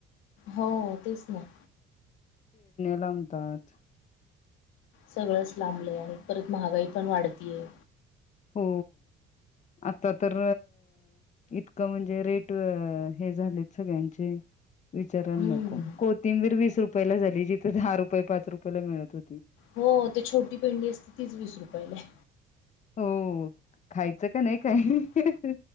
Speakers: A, on the left; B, on the left.
A: हो तेच ना.
B: लांबतात.
A: सगळंच लांबलंय आणि परत महागाई पण वाढतीये.
B: हो. आता तर इतकं म्हणजे रेट हे झालेत सगळ्यांचे. विचारयला
A: हम्म
B: नको कोथिंबीर वीस रुपयाला झाली जिथे दहा रुपये पाच रुपयाला मिळत होती.
A: हो ते छोटी पेंडी असते तीच वीस रुपयला ये.
B: हो. हो खायचं का नाही काय
A: हम्म